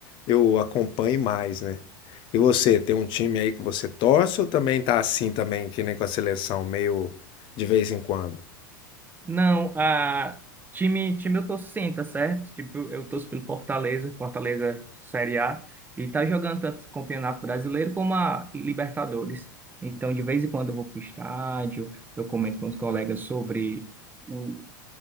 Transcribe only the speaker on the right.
Não, a time, time eu torço sim, tá certo? Tipo, eu torço pelo Fortaleza, Fortaleza Série A, e tá jogando tanto o Campeonato Brasileiro como a Libertadores. Então, de vez em quando eu vou pro estádio, eu comento com os colegas sobre o,